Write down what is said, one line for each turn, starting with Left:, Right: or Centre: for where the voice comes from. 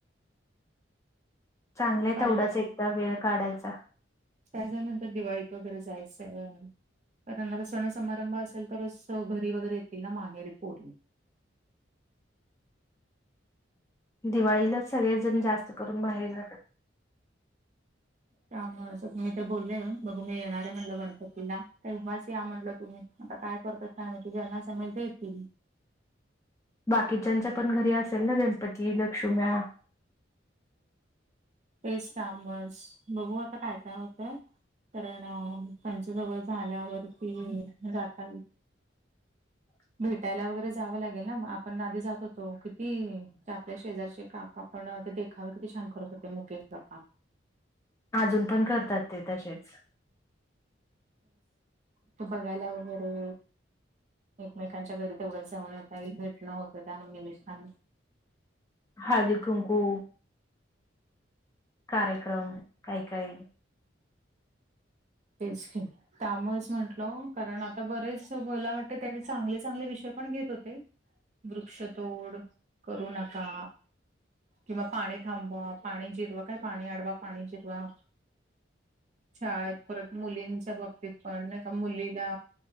Left: चांगलंय
Right: काय
Left: तेवढाच एकदा वेळ काढायचा
Right: त्याच्यानंतर दिवाळीत वगैरे जायचं कारण सण समारंभ असेल तरच घरी वगैरे येतील ना माहेरी पोर्णी
Left: दिवाळीला सगळे्यात जण जास्त करून बाहेर जातात
Right: त्यामुळे असं तुम्ही ते बोलले बघ मी येणार आहे म्हणल गणपतीला तर उव्हाच या म्हणलं तुम्ही आता काय करतात का आम्ही त ज्यांना सांमल येतील
Left: बाकीच्याच्या पण घरी असेल ना गणपती लक्ष्मीम्याळा
Right: तेस आबस बघू आता काय काय होतंय कारण त्यांच्या जवळ झाल्यावरती जात
Left: <inaudible>
Right: भेटायला वगैरे जावं लागेल ना आपण आधी जात होतो किती आपल्या शेजारचे काप आपण ते देखावे किती छान करत होते मुकेश ज का
Left: अजून पण करतात ते तसेच
Right: त बघायला वगैरे एकमेकांच्या घरी तेवढंच जाऊन येता येईल भेटणं होतं त्या निमित्तान
Left: हादी तुमकू कार्यक्रम काही काही
Right: तेचक त्यामुळेच म्हटल कारण आता बरेच मला वाटते त्या चांगले चांगले विषय पण घेत होते वृक्षतोड करू नका किंवा पाणी थांबवा पाणी जिरवा काय पाणी अडवा पाणी जिरवा शाळेत परत मुलींच्या बाबतीत पण नाही का मुलीला